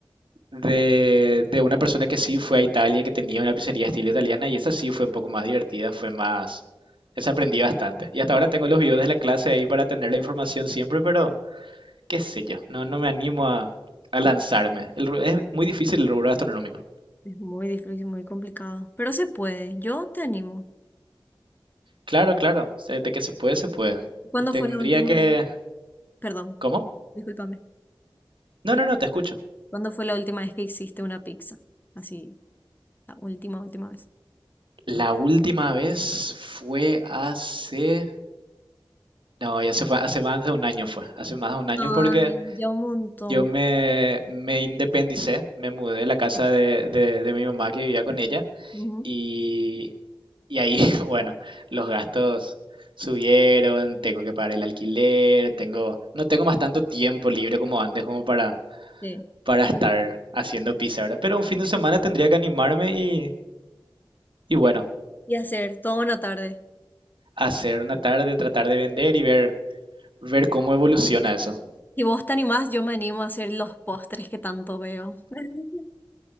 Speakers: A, on the right (about 70°); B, on the left (about 20°).
A: de, de una persona que sí fue a Italia, que tenía una pizzería estilo italiana, y esa sí fue un poco más divertida, fue más... Esa aprendí bastante. Y hasta ahora tengo los videos de la clase ahí para tener la información siempre, pero qué sé yo, no, no me animo a, a lanzarme. El ru- es muy difícil el rubro gastronómico.
B: Es muy difícil, muy complicado. Pero se puede, yo te animo.
A: Claro, claro, se- de que se puede, se puede.
B: ¿Cuándo
A: Tendría
B: fue la última
A: que...
B: vez? Perdón,
A: ¿Cómo?
B: discúlpame.
A: No,
B: te-
A: no, no, te escucho.
B: ¿Cuándo fue la última vez que hiciste una pizza? Así, la última, última vez.
A: La última vez fue hace... No, ya se fue, hace más de un año fue, hace más de un año
B: Ay,
A: porque
B: ya un montón.
A: Yo me, me independicé, me mudé de la casa de, de- de mi mamá que vivía con ella
B: Ujú,
A: y, y ahí, <laughs> bueno, los gastos subieron, tengo que pagar el alquiler, tengo, no tengo más tanto tiempo libre como antes como para,
B: Sí.
A: para estar haciendo pizza, ¿verdad? Pero un fin de semana tendría que animarme y, y bueno,
B: Y hacer toda una tarde.
A: hacer una tarde, tratar de vender y ver, ver cómo evoluciona eso.
B: Si vos te animás, yo me animo a hacer los postres que tanto veo. <laughs>